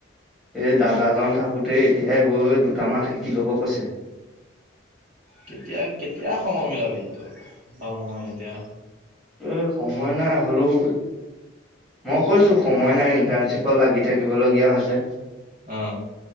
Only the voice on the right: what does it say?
কেতিয়া কেতিয়া সময় মিলাবি তই বা মই এতিয়া
অহ।